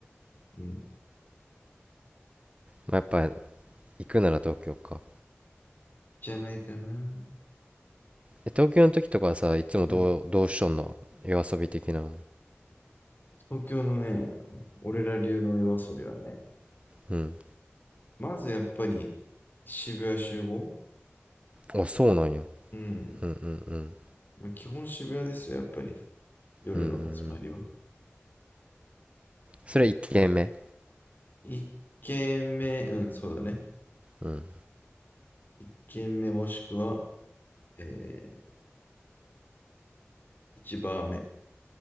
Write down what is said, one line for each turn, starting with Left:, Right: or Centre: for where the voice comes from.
Left: う。うん。
Right: まあ、やっぱ行くなら東京か
Left: じゃないかな。
Right: え東京の時とかはさいつもどう、
Left: うん。
Right: どうしとんの夜遊び的な
Left: 東京のね、俺ら流の夜遊びはね、
Right: うん
Left: まずやっぱり渋谷集合
Right: あそうなんや
Left: うん。
Right: うんうんうん
Left: まあ、基本渋谷ですよ、やっぱり。夜の始まりは。
Right: うんうんうんそれ1軒目
Left: 一軒目、うん、そうだね。
Right: うん
Left: 一軒目もしくは、えー、一バー目。